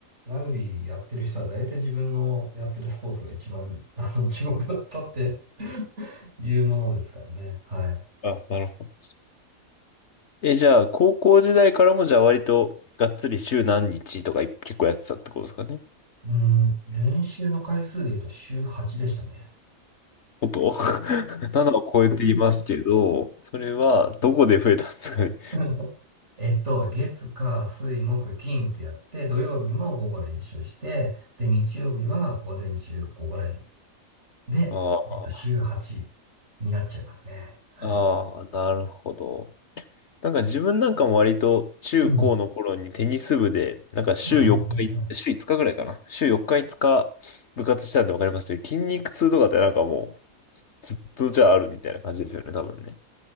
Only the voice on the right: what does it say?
ラグビーやってる人は大体自分のやってるスポーツが一番、あの、地獄だったっていうものですからね。はい。
うん、練習の回数で言うと週8でしたね。
<laughs> えっと、月、火、水、木、金ってやって、土曜日も午後練習して、で、日曜日は午前中午後練。で、
えっと、週8になっちゃいますね。はい。
うん。
はいはいはいはい。